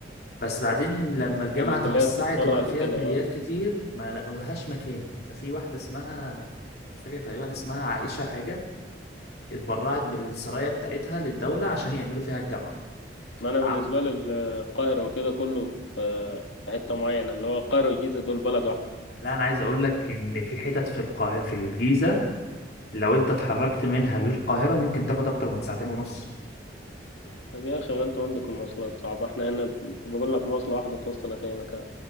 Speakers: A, on the left; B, on the left.
A: بس بعدين لما الجامعه
B: الكليات
A: توسعت
B: اتفرعت
A: وبقى فيها
B: وكده
A: كليات
B: اه
A: كتير ما لقولهاش مكان ففي واحده اسمها مش فاكر تقريبا اسمها عائشه حاجه اتبرعت بالسرايا بتاعتها للدولة عشان يعملوا فيها الجامعة
B: ما انا
A: نعم
B: بالنسبة لي القاهرة وكده كله في في حتة معينة اللي هو القاهرة والجيزة دول بلد واحدة
A: لا انا عايز اقول لك ان في حتت في القاهره في الجيزه لو انت اتحركت منها للقاهره ممكن تاخد اكتر من ساعتين ونص
B: طب يا أخي ما أنتوا عندكم مواصلات صعبة إحنا هنا ب- بقول لك مواصلة واحدة توصلك أي مكان